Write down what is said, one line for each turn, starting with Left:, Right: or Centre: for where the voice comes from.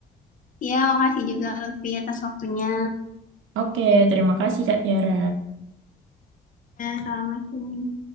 Left: Iya, makasih juga Lutfi atas waktunya.
Right: Oke, terima kasih Kak Tiara.
Left: Ya, Assalamualaikum.